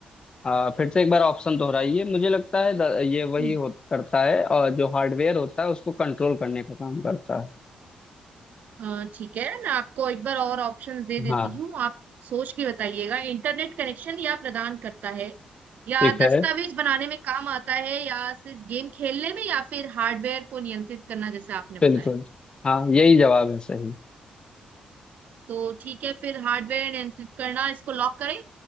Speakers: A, on the left; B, on the right.
A: अ, फिर से एक बार ऑप्शन दोहराइए मुझे लगता है द- ये वही
B: है
A: हो करता है और जो हार्डवेयर होता है उसको कंट्रोल करने का काम करता है
B: अ, ठीक है मैं आपको एक बार और ऑप्शंस दे देती
A: हाँ
B: हूँ आप सोच के बताइएगा इंटरनेट कनेक्शन या प्रदान करता है या
A: ठीक है
B: दस्तावेज बनाने में काम आता है या सिर्फ गेम खेलने में या फिर हार्डवेयर को नियंत्रित करना जैसे आपने बताया
A: बिल्कुल हाँ यही जवाब है सही
B: तो ठीक है फिर हार्डवेयर नियंत्रित करना इसको लॉक करें